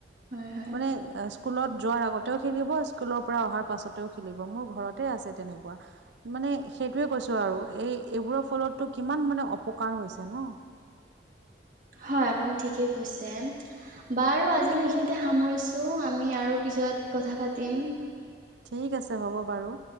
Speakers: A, on the right; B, on the right.
A: হয় হয়
B: মানে স্কুলত যোৱাৰ আগতেও খেলিব স্কুলৰ পৰা অহাৰ পাছতেও খেলিব মোৰ ঘৰতে আছে তেনেকুৱা ম মানে সেইটোয়ে কৈছো আৰু এই এইবোৰৰ ফলতটো কিমান মানে অপকাৰ হৈছে ন
A: হয় আপুনি ঠিকেই কৈছে বাৰু আজিলৈ এইখিনিতে সামৰিছো আমি আৰু পিছত কথা পাতিম
B: ঠিক আছে হ'ব বাৰু